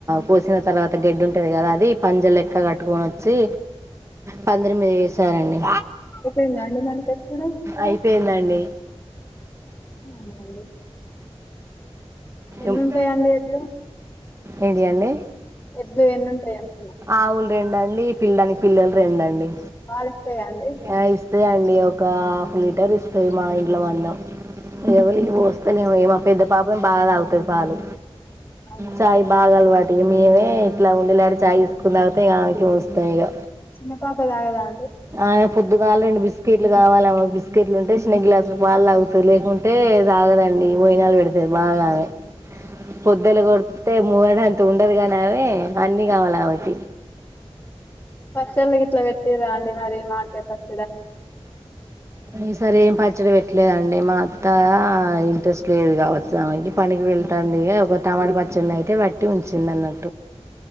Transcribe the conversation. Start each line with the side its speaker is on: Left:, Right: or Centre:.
Right: కోసిన తర్వాత గడ్డి ఉంటది కదా అది పంజ లెక్క కట్టుకొని వచ్చి పందిరి మీద వేసారండి
Left: అయిపోయిందండి మరి చప్పుడు
Right: అయిపోయిందండి
Left: అవునా అండి ఎన్ని
Right: ఉమ్మ్
Left: ఉంటాయండి ఎడ్లు
Right: ఏంటి అండి
Left: ఎడ్లు ఎన్ని ఉంటాయి అంటున్నా
Right: ఆవులు రెండండి పిల్లాని పిల్లలు రెంండి
Left: పాలిస్తాయా అండి
Right: అదే అండి ఒక హాఫ్ లీటర్ ఇస్తాయి మా ఇంట్లో మందాం ఎవరి పోస్తలేమో మా పెద్ద పాపం బాగా తాగుతది పాలు
Left: అవునా
Right: చాయ్ బాగాలవాటి మేమే ఇట్లా ఉండి లే చాయ్ తీసుకుని తాగితే ఇ ఆమెకి పోస్తాం ఇక
Left: చిన్న పాప తాగదా అండి
Right: ఆమె దాన్లో రెండు బిస్కట్ కావాలమ్ బస్ెట్లుంట వేసీన గ్లాస్లు పాలుతాగుతుంది లేకుంటే తాగదండి వోయినాళు పెడితది బాగానే పొద్దెలు కొడ్తే మూరడంత ఉండదు గాని ఆమె అన్ని కావాలి ఆమెకి
Left: పచ్చల గిట్లా పెట్టిర అండి మరి మామిడి కాయ్ పచ్
Right: ఈసారి ఏం పచ్చడి పెట్లేద అండి మా అత్తా ఇంట్రెస్ట్ లేదు గావచ్చు ఆమెకి పనికి వెళ్తాంది ఇగ ఒక టమాట పచ్చడ్ని అయితే పట్టి ఉంచింది అన్న